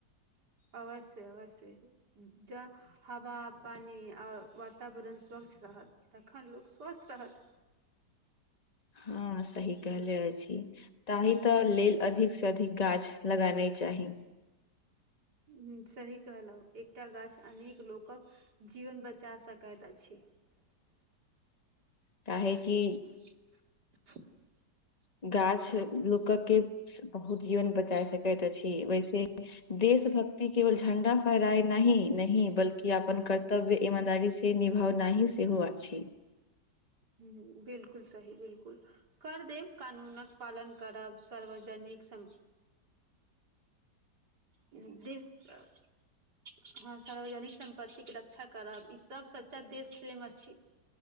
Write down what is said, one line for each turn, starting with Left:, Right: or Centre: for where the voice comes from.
Right: अवश्य अवश्य जा हवा पानि आओ वातावरण स्वच्छ रहत तखन लोक स्वस्थ रहत
Left: हँ सही कहले अ छी ताहि तऽ लेल अधिक से अधिक गाछ लगानै चाही
Right: ह सही कहलौ एकटा गाछ अनेक लोकक जीवन बचा सकाय अछि
Left: ताहेकि
Right: <inaudible> <inaudible>
Left: गाछ लोक के बहुत जीवन बचा सकैत अछि वैसे देश भक्ति केवल झण्डा पराइ नही हिन बल्कि अपन कर्तव्य ईमानदारी से निभाव न सेहो अछि
Right: ह बिल्कुल सही बिलकुल कर देब कानूनक पालन करब सार्वजनिक सम हँ देसक सार्वजनिक सम पतिक के रक्षा करब ई सब सच्चा देश प्रेम अछी